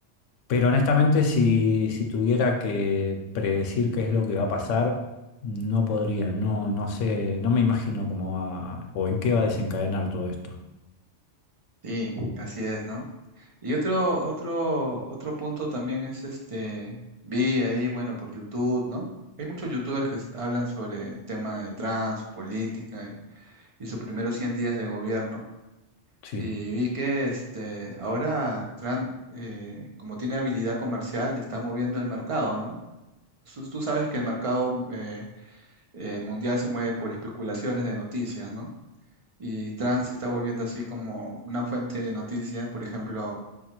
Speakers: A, on the left (about 85°); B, on the right (about 35°).
A: Pero honestamente, si, si tuviera que predecir qué es lo que va a pasar, no podría, no, no sé, no me imagino cómo va, o en qué va a desencadenar todo esto.
B: Sí, así es, ¿no? Y otro, otro, otro punto también es este, vi ahí, bueno, por YouTube, ¿no? Hay muchos youtubers que s- hablan sobre el tema de trans, política y, y sus primeros 100 días de gobierno.
A: Sí,
B: Y vi que este, ahora Trump, eh, como tiene habilidad comercial, está moviendo el mercado, ¿no? Tú, tú sabes que el mercado mm, eh, eh, mundial se mueve por especulaciones de noticias, ¿no? Y Trump se está volviendo así como una fuente de noticias, por ejemplo